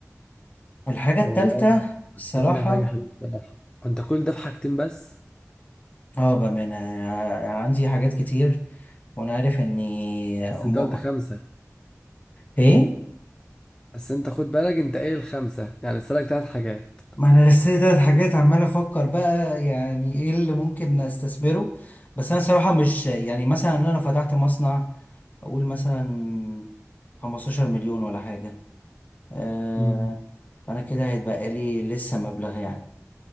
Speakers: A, on the left; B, on the left.
A: الحاجة
B: والله
A: التالتة
B: انا
A: الصراحة
B: شايف انها حاجة حلوة بصراحة وانت كل ده في حاجتين بس
A: اه بأمانة أنا عندي حاجات كتير وانا عارف اني
B: بس
A: م...
B: انت قلت خمسة
A: ايه
B: بس انت خد بالك انت قايل الخمسه يعني اسالك ثلاث حاجات
A: ما انا لسه تلات حاجات عمال افكر بقى يعني ايه اللي ممكن استثمره بس انا صراحة مش يعني مثلا انا لو فتحت مصنع اقول مثلا 15 مليون ولا حاجة آه
B: مم.
A: انا كده هيتبقى لي لسه مبلغ يعني